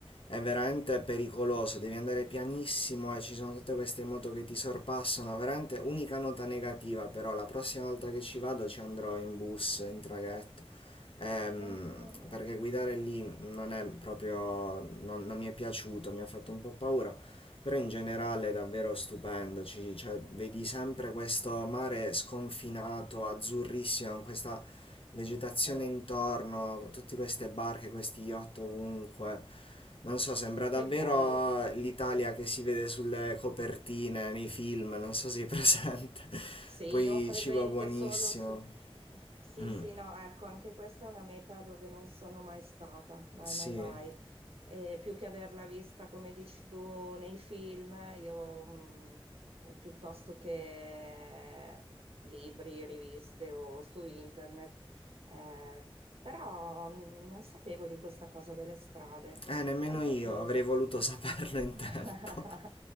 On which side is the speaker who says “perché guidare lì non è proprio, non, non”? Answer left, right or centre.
Left